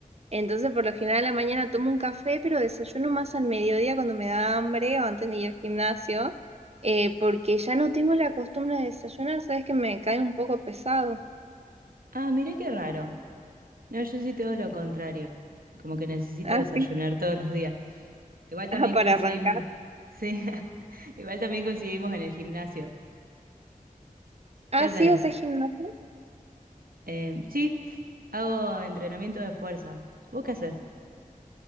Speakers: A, on the right; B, on the right.
A: Entonces, por lo general, a la mañana tomo un café, pero desayuno más al mediodía cuando me da hambre o antes de ir al gimnasio, eh, porque ya no tengo la costumbre de desayunar, sabes que me cae un poco pesado.
B: Ah, mirá qué raro. No, yo sí todo lo contrario. Como que necesito
A: <laughs> Así
B: desayunar todos los días. Igual
A: <laughs>
B: también
A: Ajá, Para
B: coincidimos.
A: arrancar.
B: Sí, <laughs> igual también coincidimos en el gimnasio.
A: Ah,
B: ¿Qué haces?
A: sí, haces gimnasia.
B: Eh, sí, hago entrenamiento de fuerza. ¿Vos qué haces?